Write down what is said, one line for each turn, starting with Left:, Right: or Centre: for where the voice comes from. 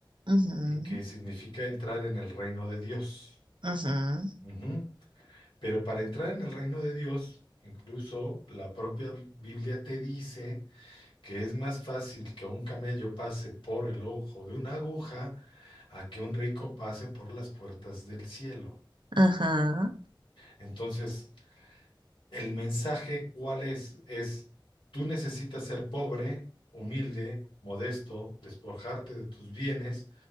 Right: ujú,
Left: y que significa entrar en el reino de Dios.
Right: ajá,
Left: Ujú. Pero para entrar en el reino de Dios, incluso la propia Biblia te dice que es más fácil que un camello pase por el ojo de una aguja a que un rico pase por las puertas del cielo.
Right: ajá,
Left: Entonces, el mensaje, ¿cuál es? Es, tú necesitas ser pobre, humilde, modesto, despojarte de tus bienes